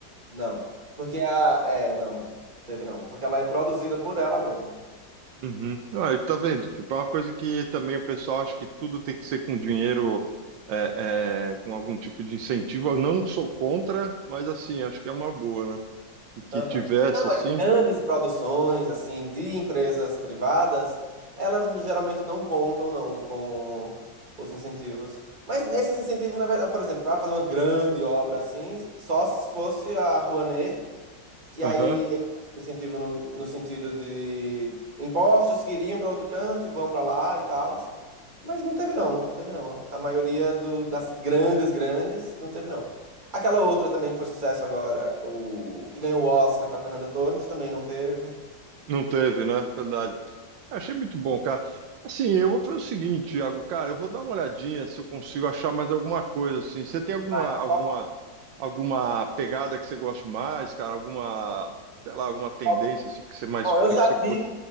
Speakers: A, on the right; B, on the right.
A: Não. Porque a. É, não. Teve não. Porque ela é produzida por ela mesma.
B: Uhum. Não, aí tá vendo? Tipo, é uma coisa que também o pessoal acha que tudo tem que ser com dinheiro, é, é, com algum tipo de incentivo. Eu não sou contra, mas assim, acho que é uma boa, né? que, que
A: Aham.
B: tivesse
A: Não,
B: assim.
A: mas grandes produções, assim, de empresas privadas, elas geralmente não contam, não, com os incentivos. Mas nesses incentivos, na verdade, por exemplo, para fazer uma grande obra assim, só se fosse a Rouanet que
B: Aham.
A: aí é incentivo no, no sentido de impostos que iriam para outro canto e vão para lá e tal. Mas não teve não, não teve não. A maioria do- das grandes, grandes, não teve não. Aquela outra também que foi sucesso agora, o que ganhou o Oscar para Fernanda Torres, também não teve.
B: Não teve, né? Verdade. Achei muito bom, cara. Assim, eu vou fazer o seguinte, Iago, cara, eu vou dar uma olhadinha se eu consigo achar mais alguma coisa assim. Você tem alguma
A: Ah,
B: alguma
A: só-
B: alguma pegada que você goste mais, cara? Alguma, sei lá, alguma tendência
A: só-
B: assim que você mais
A: ó,
B: que
A: eu já
B: que você curte?
A: vi,